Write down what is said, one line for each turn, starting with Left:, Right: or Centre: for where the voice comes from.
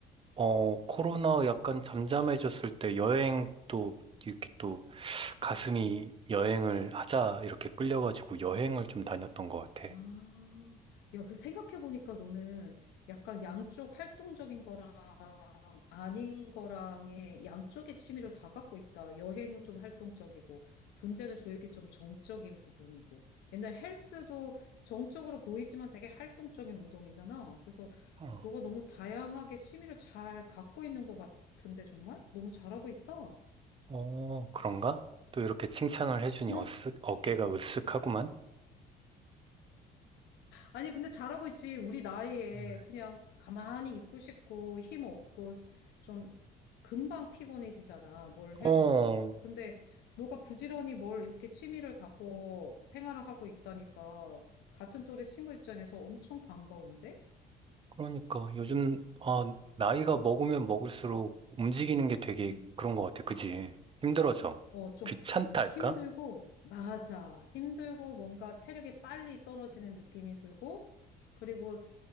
Right: 어, 코로나 약간 잠잠해졌을 때 여행도 이렇게 또 가슴이 여행을 하자 이렇게 끌려가지고 여행을 좀 다녔던 것 같아.
Left: 아, 야, 그 생각해보니까 너는 약간 양쪽 활동적인 거랑 아닌 거랑의 양쪽의 취미를 다 갖고 있다. 여행은 좀 활동적이고, 분재는 조육이 좀 정적인 부분이고, 옛날 헬스도 정적으로 보이지만 되게 활동적인 운동이잖아. 그래서
Right: 어,
Left: 너가 너무 다양하게 취미를 잘 갖고 있는 것 같은데, 정말? 너무 잘하고 있다.
Right: 어, 그런가? 또 이렇게 칭찬을 해주니
Left: 응,
Right: 어스, 어깨가 으쓱하구만.
Left: 아니, 근데 잘하고 있지. 우리 나이에
Right: 음.
Left: 그냥 가만히 있고 싶고 힘 없고 좀 금방 피곤해지잖아. 뭘 해도.
Right: 어,
Left: 근데 너가 부지런히 뭘 이렇게 취미를 갖고 생활을 하고 있다니까 같은 또래 친구 입장에서 엄청 반가운데?
Right: 그러니까 요즘 아, 나이가 먹으면 먹을수록 움직이는 게 되게
Left: 응.
Right: 그런 것 같아. 그지? 힘들어져.
Left: 어, 좀
Right: 귀찮다 할까?
Left: 힘들고, 맞아. 힘들고, 뭔가 체력이 빨리 떨어지는 느낌이 들고, 그리고